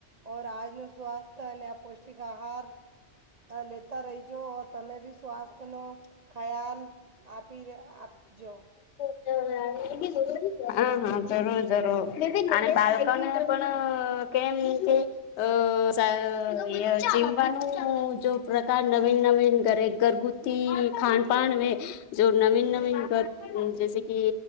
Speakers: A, on the right; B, on the left.
A: ઓર આજનો સ્વાસ્થ્ય અને અ પૌષ્ટિક આહાર અ લેતા રહી જો તમે બી સ્વાસ્થ્યનો ખ્યાલ આપી આપજો
B: હા હા જરૂર જરૂર અને બાલ્કોને પણ કેમ કે અ આ ચીમવાનું જો પ્રકાર નવીન નવીન ઘ ઘરગુતી ખાણ પાણ જો નવીન નવીન ઘર જે કે